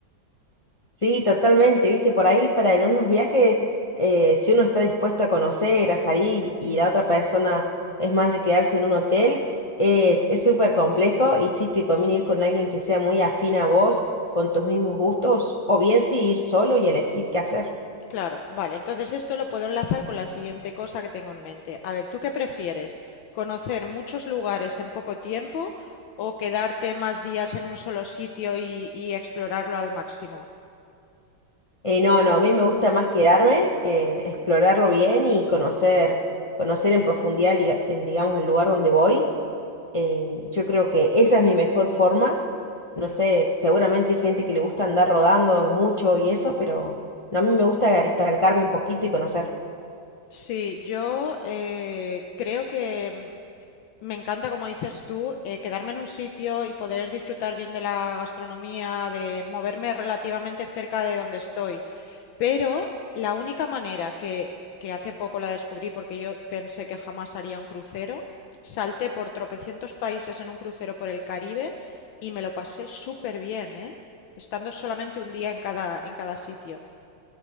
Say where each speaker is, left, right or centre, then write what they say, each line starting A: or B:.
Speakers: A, on the left (about 60°); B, on the left (about 85°).
A: sí, totalmente, viste, por ahí para en unos viajes, eh, si uno está dispuesto a conocer, a salir y la otra persona es más de quedarse en un hotel, es, es súper complejo y sí te conviene ir con alguien que sea muy afín a vos, con tus mismos gustos, o bien sí ir solo y elegir qué hacer.
B: Claro, vale, entonces esto lo puedo enlazar con la siguiente cosa que tengo en mente. A ver, ¿tú qué prefieres? ¿Conocer muchos lugares en poco tiempo o quedarte más días en un solo sitio y, y explorarlo al máximo?
A: Eh, no, no, a mí me gusta más quedarme, eh, explorarlo bien y conocer, conocer en profundidad, diga- eh, digamos, el lugar donde voy. Em, yo creo que esa es mi mejor forma. No
B: Mm.
A: sé, seguramente hay gente que le gusta andar rodando mucho y eso, pero no, a mí me gusta estancarme un poquito y conocer.
B: Sí, yo eh, creo que mm, Me encanta, como dices tú, eh, quedarme en un sitio y poder disfrutar bien de la gastronomía, de moverme relativamente cerca de donde estoy. Pero la única manera que, que hace poco la descubrí, porque yo pensé que jamás haría un crucero, salté por tropecientos países en un crucero por el Caribe y me lo pasé súper bien, ¿eh? Estando solamente un día en cada, en cada sitio.